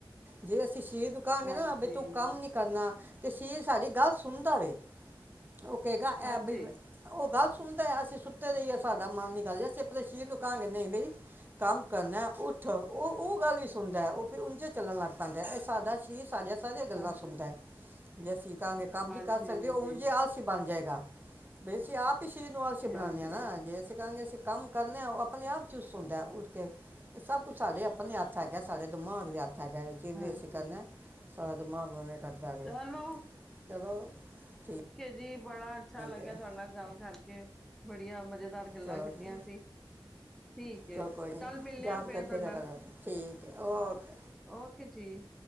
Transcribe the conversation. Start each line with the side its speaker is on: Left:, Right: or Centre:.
Right: ਦੇ ਏਨੁ ਕਹਾਂਗੇ
Centre: ਹਾਂਜੀ
Right: ਨਾ ਭੀ ਤੂੰ ਕੰਮ ਨੀ ਕਰਨਾ ਤੇ ਸਰੀਰ ਸਾਡੀ ਗੱਲ ਸੁਣਦਾ ਵੇ। ਉਹ ਕਹੇਗਾ ਐ
Centre: ਹਾਂਜੀ
Right: ਭੀ ਔ ਗਲ ਸੁਣ ਸੁਣਦਾ, ਅਸੀਂ ਸੁੱਤੇ ਰਹਿਏ ਸਾਡਾ ਮਨ ਨਹੀਂ ਕਰਦਾ। ਅਸੀ ਅਪਣੇ ਸ਼ਰੀਰ ਨੂੰ ਕਹਾਂਗੇ, ਨਹੀਂ ਬਈ ਕੰਮ ਕਰਨਾ ਉੱਠ ਉਹ -ਉਹ ਗੱਲ ਵੀ ਸੁਣਦਾ ਉਹ ਫਿਰ ਉਂਝੇ ਚੱਲਣ ਲੱਗ ਪੈਂਦਾ, ਇਹ ਸਾਡਾ ਸ਼ਰੀਰ ਸਾਡੀਆਂ ਸਾਰੀਆਂ ਗੱਲਾਂ
Centre: ਹਾਂਜੀ
Right: ਸੁਣਦਾ। ਜੈਸੀ ਕਰਾਂਗੇ ਕੰਮ
Centre: ਹਾਂਜੀ
Right: ਵੀ ਕਰ ਸਕਦੇ ਹੋ
Centre: ਹਾਂਜੀ
Right: ਉਂਝੇ ਹੀ ਆਲਸੀ ਬਣ ਜਾਏਗਾ, ਵੈਸੀ ਆਪ ਸਰੀਰ ਨੂੰ ਆਲਸੀ
Centre: ਹਾਂਜੀ
Right: ਬਣਾਂਣੇ ਆ ਨਾ ਜੇ ਅਸੀ ਕਹਾਂਗੇ ਅਸੀਂ ਕੰਮ ਕਰਨੇ ਆ ਉਹ ਅਪਣੇ ਆਪ ਚੁਸਤ ਹੁੰਦਾ ਉੱਠ ਕੇ ਇਹ ਸਭ ਕੁਛ ਸਾਡੇ ਅਪਣੇ ਹੱਥ ਹੈਗਾ ਸਾਡੇ ਦਿਮਾਗ ਦੇ ਹੱਥ। ਹੈਗਾ ਕਿਵੇਂ
Centre: ਹਾਂਜੀ
Right: ਅਸੀਂ ਕਰਨਾ ਸ਼ਾਇਦ <unintelligible> ਕਰਦਾ ਵੇ
Centre: ਚਲੋ
Right: ਚਲੋ ਠੀਕ
Centre: ਜੀ। ਬੜਾ ਅੱਛਾ ਲੱਗਿਆ
Right: ਹੈ
Centre: ਤੁਹਾਡੇ ਨਾਲ ਗੱਲ ਕਰਕੇ। ਬੜੀਆਂ ਮਜ਼ੇਦਾਰ ਗੱਲਾਂ
Right: ਚਲੋ
Centre: ਕੀਤੀਆਂ
Right: ਜੀ
Centre: ਅਸੀ, ਠੀਕ ਹੈ
Right: ਚਲੋ ਕੋਈ ਨੀ,
Centre: ਕੱਲ ਮਿਲਣੇ
Right: ਯਾਦ
Centre: ਆ
Right: ਕਰਦੇ
Centre: ਫੇਰ ਤੁਹਾਡੇ
Right: ਰਿਆ
Centre: ਨਾਲ
Right: ਕਰੋ ਠੀਕ ਹੈ। ਓਕੇ।
Centre: ਓਕੇ ਜੀ